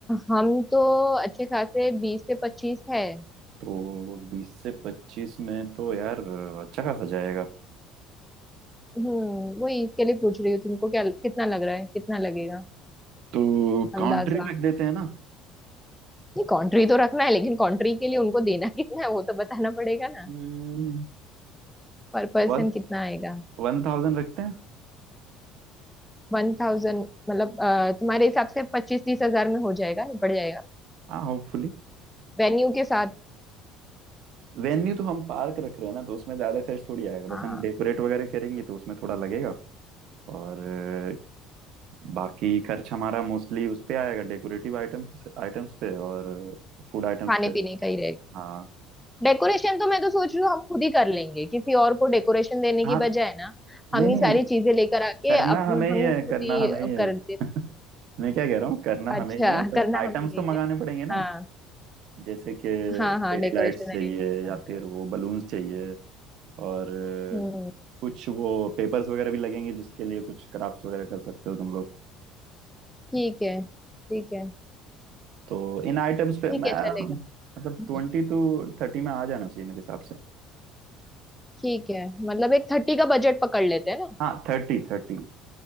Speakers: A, in the centre; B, on the right.
A: हम तो अच्छे खासे बीस से पच्चीस है
B: तो बीस से पच्चीस में तो यार अ, अच्छा खासा जाएगा
A: हम्म वही इसके लिए पूछ रही हूँ तुमको क्या कितना लग रहा है कितना लगेगा
B: तो काउंट्री
A: अंदाजा
B: रख देते हैं ना
A: नहीं कंट्री तो रखना है लेकिन कंट्री के लिए उनको देना <laughs> कितना है वो तो बताना पड़ेगा ना
B: हम्म,
A: पर पर्सन
B: वन
A: कितना आएगा
B: वन थाउजेंड रखते हैं
A: वन थाउजेंड मतलब अ, तुम्हारे हिसाब से पच्चीस तीस हजार में हो जाएगा निपट जाएगा
B: हाँ होपफुली
A: वेन्यू के साथ
B: वेन्यू तो हम पार्क रख रहे हैं ना तो उसमें ज्यादा खर्च थोड़ी आएगा बस
A: हाँ
B: हम डेकोरेट वगैरह करेंगे तो उसमें थोड़ा लगेगा और अ, बाकी खर्च हमारा मोस्टली उस पे आएगा डेकोरेटिव आइटम आइटम्स पे और फूड आइटम्स
A: खाने
B: पे
A: पीने का ही रहेगा
B: हाँ
A: डेकोरेशन तो मैं तो सोच रही हूँ हम खुद ही कर लेंगे किसी और को डेकोरेशन देने
B: हाँ
A: की बजाय ना
B: नहीं
A: हम
B: नहीं
A: ही सारी चीजें लेकर आके
B: करना
A: अपन
B: हमें ही
A: हम
B: है
A: खुद
B: करना
A: ही
B: हमें ही है
A: कर दे
B: <laughs> मैं क्या कह रहा हूँ करना
A: अच्छा
B: हमें ही है बस
A: करना
B: आइटम्स
A: हमें ये
B: तो मंगाने
A: क्या
B: पड़ेंगे ना
A: हाँ
B: जैसे कि
A: हाँ हाँ
B: फेरी
A: डेकोरेशन
B: लाइट्स चाहिए
A: आइटम बनाना
B: या
A: पड़ेगा
B: फिर वो बलून्स चाहिए और अ,
A: हम्म
B: कुछ वो पेपर्स वगैरह भी लगेंगे जिसके लिए कुछ क्राफ्ट्स वगैरह कर सकते हो तुम लोग
A: ठीक है ठीक है
B: तो इन आइटम्स पे
A: ठीक
B: मैं
A: है चलेगा
B: मतलब
A: हम्म,
B: ट्वेंटी टू थर्टी में आ जाना चाहिए मेरे हिसाब से
A: ठीक है मतलब एक थर्टी का बजट पकड़ लेते हैं ना
B: हाँ थर्टी थर्टी